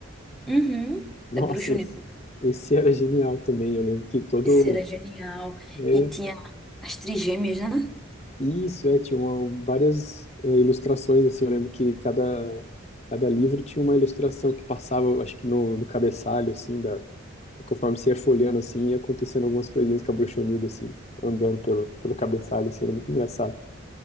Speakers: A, in the centre; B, on the left.
A: Uhum.
B: Nossa,
A: Da Bruxa
B: esse,
A: Unida.
B: esse era genial também. Eu lembro que todo.
A: Isso era genial.
B: é,
A: E tinha as trigêmeas, né?
B: isso, é, tinha uma- várias é, ilustrações, assim. Eu lembro que cada, cada livro tinha uma ilustração que passava, eu acho que no, no cabeçalho, assim, da, conforme você ia folheando, assim, ia acontecendo algumas coisinhas com a bruxonilda, assim, andando pelo, pelo cabeçalho, assim, era muito engraçado.